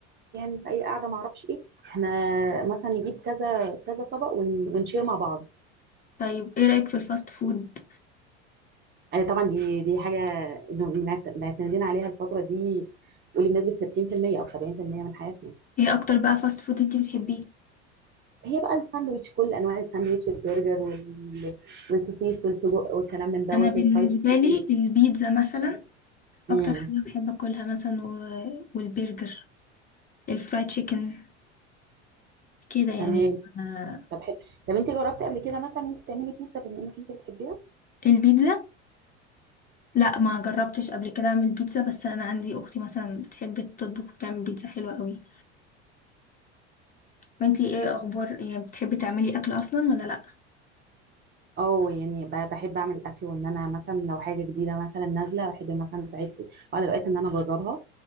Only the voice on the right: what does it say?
مكان في اي قعده ما اعرفش ايه احنا مثلا نجيب كذا كذا طبق ون- ونشير مع بعض
آه، طبعا دي دي حاجه بنعت- معتمدين عليها الفتره دي قولي بنسبه 60% او 70% من حياتنا
هي بقى الساندوتش كل انواع الساندوتش البرجر وال... والسوسيس والسجق والكلام من دوت
الفرايد تشيكن
امم
تمام
طب حلو طب انت جربتي قبل كده مثلا انت تعملي بيتزا بما انك انت بتحبيها
اه يعني ب- بحب اعمل اكل وان انا مثلا لو حاجه جديده مثلا نازله بحب مثلا ساعات بعض الاوقات ان انا اجربها